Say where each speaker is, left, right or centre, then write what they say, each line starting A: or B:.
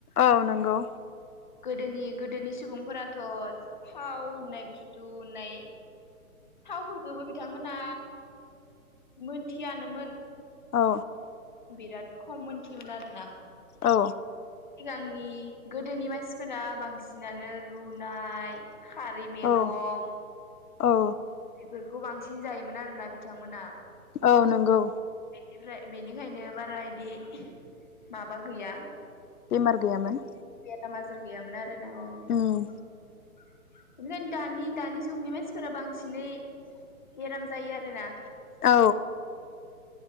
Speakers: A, on the left; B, on the left.
A: औ नंगौ
B: गोदोनि गोदोनि सुबुंफोराथ' थाव होननाय बुस्थु होननाय थावफोरखौबो बिथांमोना मोनथियानोमोन
A: औ
B: आं बिराद खम मोनथियोमोन आरोना
A: औ
B: सिगांनि गोदोनि मानसिफोरा बांसिनानो रुनाय खारि मैगं
A: औ औ
B: बेफोरखौ बांसिन जायोमोन आरोना बिथांमोना
A: औ नंगौ
B: बेनिफ्राय बेनिखायनो बारा इदि माबा गैया
A: बेमार गैयामोन
B: बेा माजार गैयामोन आरो <inaudible>
A: उम
B: बेनिखायनो दानि दानि जुगनि मानसिफोरा बांसिनै बेराम जायो आरोना
A: औ